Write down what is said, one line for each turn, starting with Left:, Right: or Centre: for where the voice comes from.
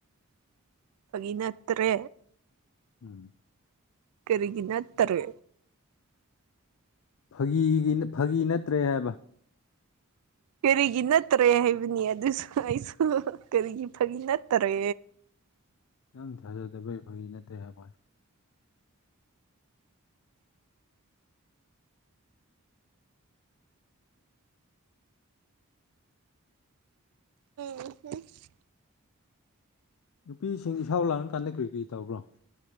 Right: ꯐꯒꯤꯅꯠꯇ꯭ꯔꯦ
Left: ꯎꯝ
Right: ꯀꯔꯤꯒꯤꯅ ꯅꯠꯇꯔꯦ
Left: ꯐꯥꯒꯤ ꯐꯥꯒꯤ ꯅꯠꯇ꯭ꯔꯦ ꯍꯥꯏꯕ
Right: ꯀꯔꯤꯒꯤ ꯅꯠꯇꯔꯦ ꯍꯥꯏꯕꯅꯤ ꯑꯗꯨꯁꯨ ꯑꯩꯁꯨ ꯀꯔꯤꯒꯤ ꯐꯒꯤ ꯅꯠꯇꯔꯦ
Left: ꯅꯪ ꯊꯥꯖꯗꯕꯩ ꯐꯒꯤ ꯅꯠꯇ‌ꯦ ꯍꯥꯏꯕꯩ ꯋꯥꯅꯤ
Right: ꯎ ꯍꯣ <unintelligible> <inaudible>
Left: ꯅꯨꯄꯤꯁꯤꯡ ꯏꯁꯥꯎ ꯂꯥꯡꯔ ꯀꯥꯟꯗ ꯀꯔꯤ ꯀꯔꯤ ꯇꯧꯕ꯭ꯔꯣ